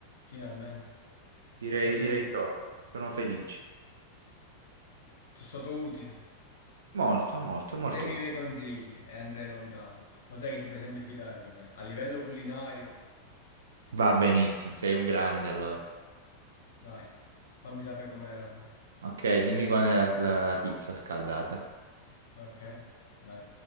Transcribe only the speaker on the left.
finalmente.
Così
non ci penso.
Sono stato utile.
Segui i miei consigli e andrai lontano. Lo sai che ti puoi sempre fidare di me. A livello culinario,
dai, fammi sapere com'era poi.
Ok, dai.